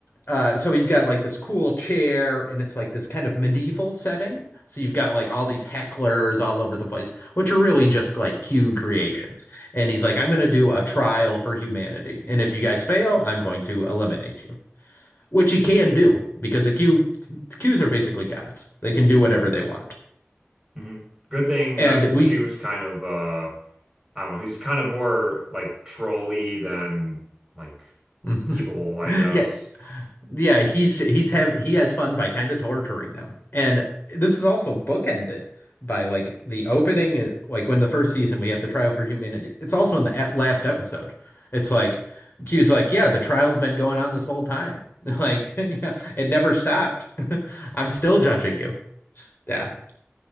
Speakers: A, on the left; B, in the centre.
A: uh, so he's got like this cool chair, and it's like this kind of medieval setting. So you've got like all these hecklers all over the place, which are really just like Q creations. And he's like, I'm going to do a trial for humanity. And if you guys fail, I'm going to eliminate you, which he can do because the Q Qs are basically gods. They can do whatever they want.
B: hmm Good thing
A: And
B: uh,
A: we
B: Q's kind of uh I don't know. He's kind of more like trolly than like
A: Mhm.
B: evil, I
A: <laughs>
B: guess.
A: Yeah. Yeah, he's he's have he has fun by kind of torturing them. And this is also bookended by like the opening is- like when the first season we have the trial for humanity. It's also in the at last episode. It's like Q's like, "Yeah, the trial's been going on this whole time." <laughs> Like, yeah, it never stopped. <laughs> I'm still judging you. Yeah.